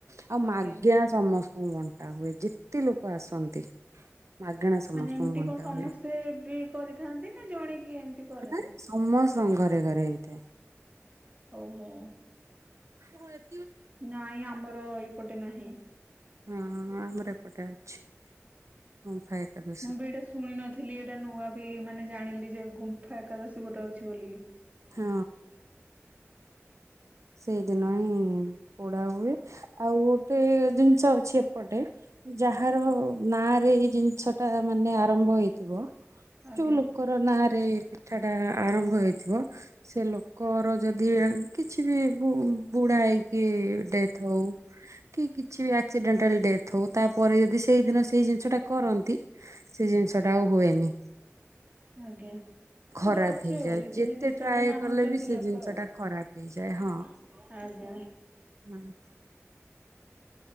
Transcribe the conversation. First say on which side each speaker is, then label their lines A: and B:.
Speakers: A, on the right (about 75°); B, on the right (about 30°).
A: ଆଉ
B: ଆଜ୍ଞା।
A: ମାଜ୍ଞା ସମସ୍ତଙ୍କୁ ବଣ୍ଟା ହୁଏ ଯେତେ ଲୋକ ଆସନ୍ତି। ମାଗଣା ସମସ୍ତଙ୍କୁ
B: ମାନେ ଏମିତି
A: ବଣ୍ଟା
B: କଣ ସମସ୍ତେ
A: ହୁଏ
B: ବି କରିଥାନ୍ତି ନା ଜଣେ କିଏ ଏମତି କରନ୍ତି?
A: ମାନେ ସମସ୍ତଙ୍କ ଘରେ ଘରେ ହେଇଥାଏ।
B: ଓହୋ।
A: <inaudible>
B: ନାଇଁ ଆମର ଏପଟେ ନାହିଁ।
A: ହଁ ହଁ ଆମର ଏପଟେ ଅଛି। ଗୁମ୍ଫା ଏକାଦ
B: ମୁଁ ବି ଏଇଟା ଶୁଣି ନଥିଲି ଏଇଟା ନୂଆ ବି ମାନେ ଜାଣିଲି ଯେ ଗୁମ୍ଫା ଏକାଦଶୀ ଗୋଟେ ଅଛି ବୋଲିକି।
A: ହଁ। ସେଇଦିନ ହିଁ ପୋଡା ହୁଏ ଆଉ ଗୋଟେ ଜିନିଷ ଅଛି ଏପଟେ। ଯାହାର ନାଁ ରେ ଏଇ ଜିନିଷ ଟା ମାନେ ଆରମ୍ଭ ହେଇଥିବ।
B: ଆଜ୍ଞା
A: ଯୋଉ ଲୋକର ନାଁରେ ପିଠା ଟା ଆରମ୍ଭ ହେଇଥିବ ସେ ଲୋକର ଯଦି ଏମିତି କିଛି ବି ବୁଢା ହେଇକି ଡେଥ୍ ହୋଉ। କି କିଛି ବି ଆକ୍ସିଡେଣ୍ଟ ହେଲେ ଡେଥ୍ ହଉ ତାପରେ ଯଦି ସେଇଦିନ ସେଇ ଜିନିଷ ଟା କରନ୍ତି ସେ ଜିନିଷ ଟା ଆଉ ହୁଏନି।
B: ଆଜ୍ଞା ଗୋଟେ
A: ଖରାପ
B: ଅଛି
A: ହେଇଯାଏ
B: ଆଉ ରୀତିନୀତି
A: ଯେତେ
B: ହିସାବରେ
A: ଟ୍ରାଏ
B: ମାନୁଛନ୍ତି
A: କଲେ ବି ସେ
B: ଲୋକ
A: ଜିନିଷ
B: ଆଉ।
A: ଟା ଖରାପ ହେଇଯାଏ ହଁ
B: ଆଜ୍ଞା।
A: <inaudible>